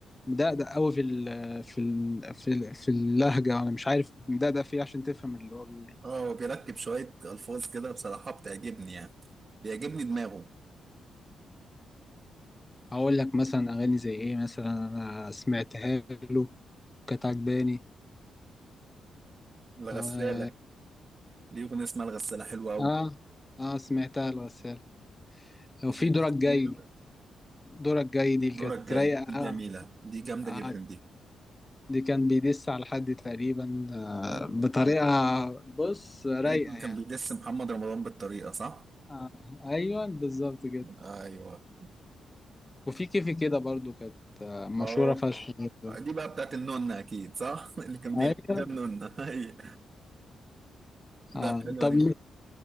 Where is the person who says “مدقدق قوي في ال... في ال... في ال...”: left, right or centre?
Left